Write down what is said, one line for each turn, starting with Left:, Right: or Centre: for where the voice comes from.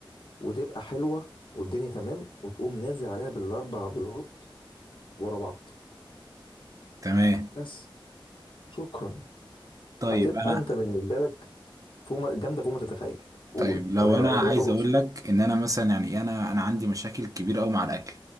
Left: وتبقى حلوه والدنيا تمام وتقوم نازل عليها بالاربع بيضات ورا بعض
Right: تمام
Left: بس شكرا
Right: طيب
Left: هتبقى
Right: انا
Left: انت بالنسبه لك فوق ما- جامده فوق ما تتخيل قول
Right: طيب لو
Left: انا
Right: انا
Left: انا
Right: عايز
Left: كده خلاص
Right: اقول لك ان انا مثلا يعني إيه، انا انا عندي مشاكل كبيره قوي مع الاكل